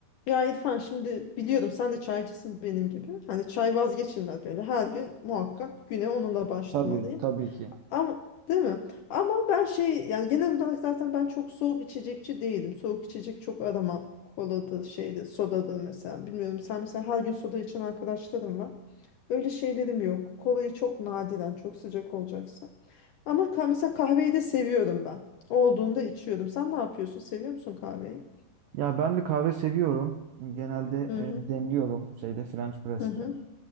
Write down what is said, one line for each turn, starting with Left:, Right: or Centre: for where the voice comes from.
Left: Ya İrfan şimdi biliyorum sen de çaycısın benim gibi. Hani çay vazgeçilmez böyle. Her gün muhakkak güne onunla başlamalıyım.
Right: Tabii, tabii ki.
Left: Ama değil mi? Ama ben şey yani genel olarak zaten ben çok soğuk içecekçi değilim. Soğuk içecek çok aramam. Koladır şeydir, sodadır mesela. Bilmiyorum sen mesela her gün soda içen arkadaşlarım var. Öyle şeylerim yok. Kolayı çok nadiren, çok sıcak olacaksa. Ama ka mesela kahveyi de seviyorum ben. Olduğunda içiyorum. Sen ne yapıyorsun? Seviyor musun kahveyi?
Right: Ya ben de kahve seviyorum. Genelde
Left: Hı
Right: e,
Left: hı.
Right: demliyorum şeyde French press'te.
Left: Hı hı.